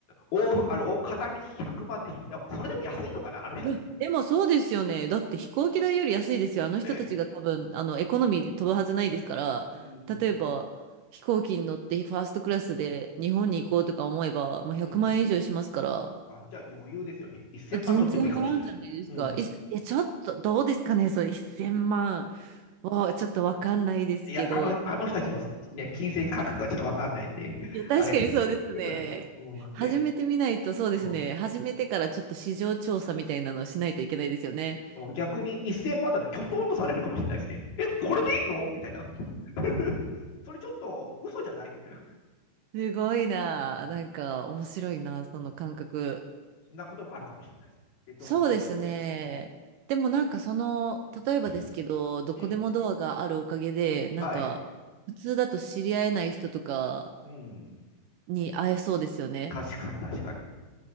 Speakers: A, on the left; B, on the right.
A: お、あの、お片道100万でしょ。でもそれでも安いのかな、あの人たち。
B: いや、でもそうですよね。だって飛行機代より安いですよ。あの人たちが多分、
A: ねえ。
B: あの、エコノミーで飛ぶはずないですから、
A: うん
B: 例えば飛行機に乗ってファーストクラスで日本に行こうとか思えば、
A: うん
B: もう100万円以上しますから、
A: うん。あ、じゃあ余裕ですよね。1000万取ってもいいかもしれない。
B: あ全然払うんじゃないですか。
A: うん。
B: い、いや、ちょっとどうですかね、それ1000万はちょっとわかんないですけど。
A: いや、あの、あの人たちの、ね、金銭価格がちょっとわかんないんで、<laughs>
B: いや、確かにそうですね。
A: あれ、<laughs> うん。
B: 始めてみないと、
A: ね、
B: そうですね。
A: うん
B: 始めてからちょっと市場調査みたいなのをしないといけないですよね。
A: うん逆に1000万だときょとんとされるかもしれないですね。え、これでいいのみたいな。<laughs> それちょっと嘘じゃないみたいな。
B: すごいな。
A: うん。
B: なんか面白いな、その感覚。
A: そんそんなこともあるかもしれないです。で、どこでもとはね。
B: そうですね。
A: うん
B: でもなんかその、
A: うん。
B: 例えばですけど、どこでもドアがあるおかげで、
A: うん。
B: なんか普通だと知り合えない人とか
A: はい。うん。
B: に会えそうですよね。
A: 確かに、確かに。